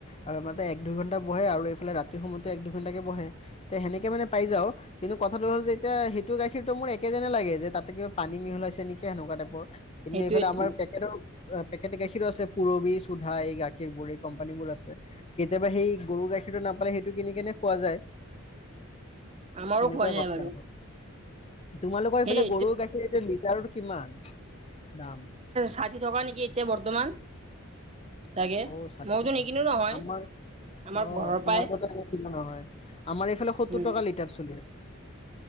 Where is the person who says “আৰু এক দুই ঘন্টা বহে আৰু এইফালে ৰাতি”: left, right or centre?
Left